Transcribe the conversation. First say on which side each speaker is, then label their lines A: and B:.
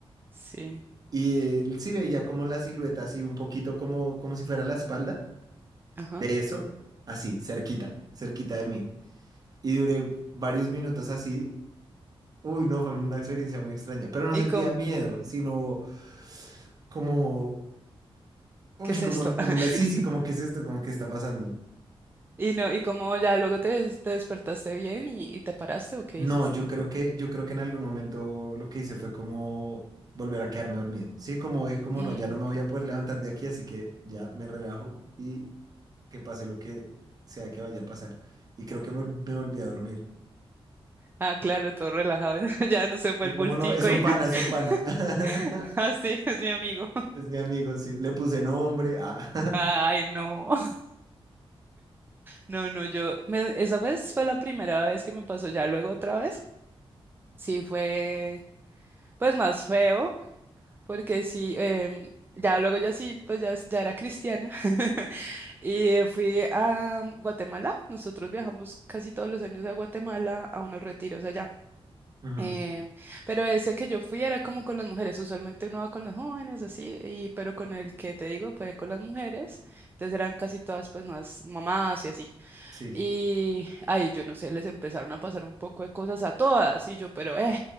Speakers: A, on the right; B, on the right.
A: sí,
B: Y eh, sí veía como la silueta así un poquito como, como si fuera la espalda
A: ajá.
B: de eso, así, cerquita, cerquita de mí. Y duré varios minutos así. Uy, no, fue una experiencia muy extraña, pero no
A: ¿Y
B: sentía
A: cómo?
B: miedo, sino como, uy,
A: ¿Qué es
B: como,
A: esto?
B: como
A: <laughs>
B: una, sí, sí, como, ¿qué es esto? Como, ¿qué está pasando?
A: Y no, ¿y cómo ya luego te, des- te despertaste bien y, y te paraste o qué
B: No,
A: hiciste?
B: yo creo que, yo creo que en algún momento lo que hice fue como volver a quedarme dormido. Sí, como es como
A: Mm,
B: no, ya no me
A: ok.
B: voy a poder levantar de aquí, así que ya me relajo y que pase lo que sea que vaya a pasar. Y creo que me, vol- me volví a dormir.
A: Ah, claro, todo relajado. <laughs> Ya no se fue
B: Sí,
A: el
B: como
A: bultico
B: no, es un
A: y
B: pana,
A: <laughs>
B: es un pana. <laughs>
A: así es mi amigo.
B: Es mi amigo, sí. Le puse nombre. ah.
A: Ay, no. <laughs> No, no, yo me- esa vez fue la primera vez que me pasó ya luego otra vez. Sí fue pues más feo porque sí em, ya luego ya sí pues ya, ya era cristiana <laughs> y eh, fui a Guatemala. Nosotros viajamos casi todos los años a Guatemala a unos retiros allá.
B: <laughs> Ujú,
A: Em, pero ese que yo fui era como con las mujeres, usualmente uno va con los jóvenes así, y, pero con el que te digo fue con las mujeres, entonces eran casi todas pues más mamás y así.
B: Sí,
A: Y, ay, yo no sé, les empezaron a pasar un poco de cosas a todas, y yo, pero, eh,